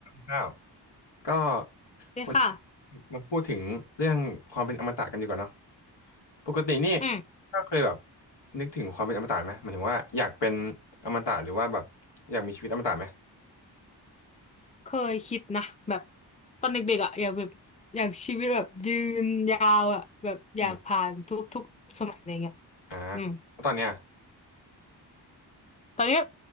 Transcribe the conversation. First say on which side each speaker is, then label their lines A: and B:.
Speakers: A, on the left; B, on the left.
A: ข้าวก็
B: เลยค่ะ
A: วันนี้มาพูดถึงเรื่องความเป็นอมตะกันดีกว่าเนาะปกตินี่
B: อืม
A: ก็เคยแบบนึกถึงความเป็นอมตะไหมหมายถึงว่าอยากเป็นอมตะหรือว่าแบบอยากมีชีวิตอมตะไหม
B: เคยคิดนะแบบตอนเด็กๆอ่ะอยากแบบอยากชีวิตแบบยืนยาวอ่ะแบบอยากผ่านทุกทุกสมัยอะไรเงี้ย
A: อืมอ่า
B: อืม
A: แล้วตอนเนี้ย
B: ตอนนี้